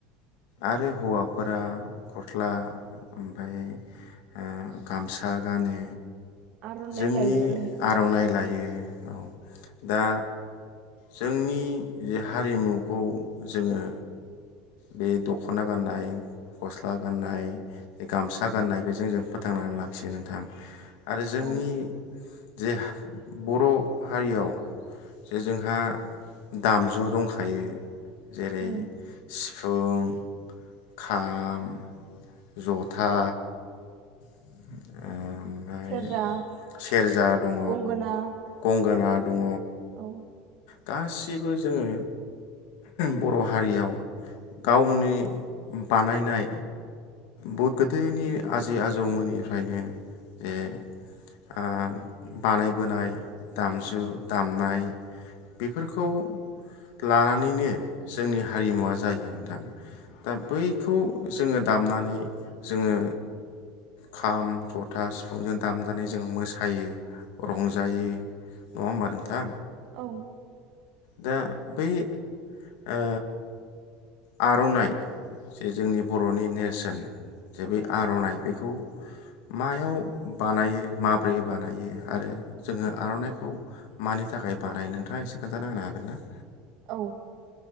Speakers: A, on the left (about 70°); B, on the right (about 45°).
A: आरो हौवाफोरा गस्ला ओमफाय ओ गामसा गानो।
B: आर'नाइ
A: जोंनि
B: लायो
A: आर'नाइ लायो औ दा जोंनि जे हारिमुखौ जोङो बे दख'ना गाननाय गस्ला गाननाय गामसा गाननाय बेजों जों फोथांनानै लाखियो नोंथां। आरो जोंनि
B: औ
A: जे बर' हारियाव जे जोंहा दामजु दंखायो जेरै
B: उम
A: फुं खाम जथा ओ ओमफ्राय
B: सेरजा
A: सेरजा दङ
B: गंगोना
A: गंगोना। दङ
B: औ।
A: गासिबो जोङो बर' हारियाव गावनि बानायनाय ब गोदोनि आजै आजौमोननि निफ्रायनो ए ओ बानायबोनाय दामजु दामनाय बेफोरखौ लानानैनो जोंनि हारिमुवा जायो नोंथां दा बैखौ जोङो दामनानै जोङो खाम जथा सिफुंजों दामनानै जों मोसायो रंजायो नङा होमबा नोंथां?
B: औ।
A: दा बै ओ आर'नाइ जे जोंनि बर'नि नेरसोन जे बे आर'नाइ बेखौ मायाव बानायो माब्रै बानायो आरो जोङो आर'नाइखौ मानि थाखाय बानायो नोंथाङा एसे खोन्थाना होनो हागोन ना
B: औ